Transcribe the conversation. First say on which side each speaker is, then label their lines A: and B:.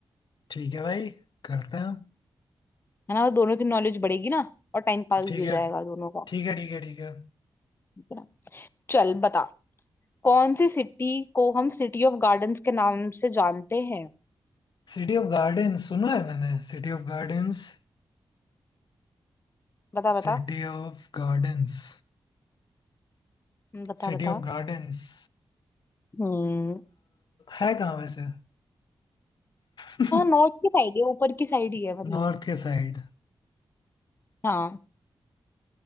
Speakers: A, on the left; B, on the left.
A: ठीक है भाई करते हैं
B: है ना दोनों की नॉलेज बढ़ेगी ना और टाइम पास भी
A: ठीक
B: हो
A: है
B: जाएगा दोनों का
A: ठीक है ठीक है ठीक है
B: ठीक है ना? चल बता कौन सी सिटी को हम सिटी ऑफ गार्डन्स के नाम से जानते हैं
A: सिटी ऑफ गार्डन्स सुना है मैंने City of gardens
B: बता बता
A: City of gardens
B: बता
A: City
B: बता
A: of gardens
B: हम्म
A: है कहाँ वैसे <laughs>
B: नॉर्थ की साइड है ऊपर की साइड ही है मतलब
A: नॉर्थ के साइड
B: हाँ